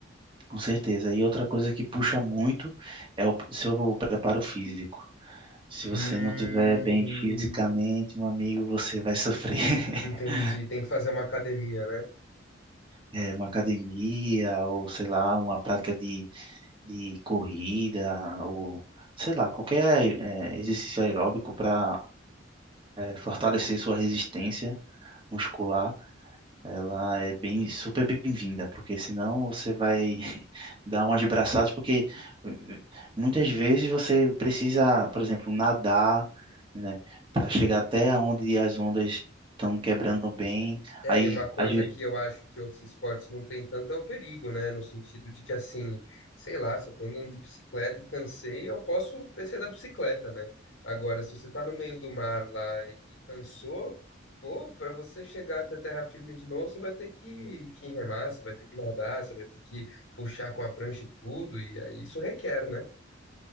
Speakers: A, on the right; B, on the left.
A: Com certeza. E outra coisa que puxa muito é o seu preparo físico. Se você
B: Hum,
A: não tiver bem fisicamente, meu amigo, você vai sofrer <laughs>
B: entendi. Tem que fazer uma academia, né?
A: É, uma academia ou, sei lá, uma prática de, de corrida ou, sei lá, qualquer é, exercício aeróbico para fortalecer sua resistência muscular. Ela é bem, super bem-vinda, porque senão você vai <laughs> dar umas braçadas, porque eh, muitas vezes você precisa, por exemplo, nadar, né, para chegar até onde as ondas estão quebrando bem.
B: É,
A: Aí,
B: e uma coisa
A: às vezes,
B: que eu acho que outros esportes não têm tanto é o perigo, né? No sentido de que, assim, sei lá, se eu tô andando de bicicleta e cansei, eu posso descer da bicicleta, né? Agora, se você tá no meio do mar lá e, e cansou, pô, pra você chegar até terra firme de novo, você vai ter que, que remar, você vai ter que nadar, você vai ter que puxar com a prancha e tudo, e aí isso requer, né?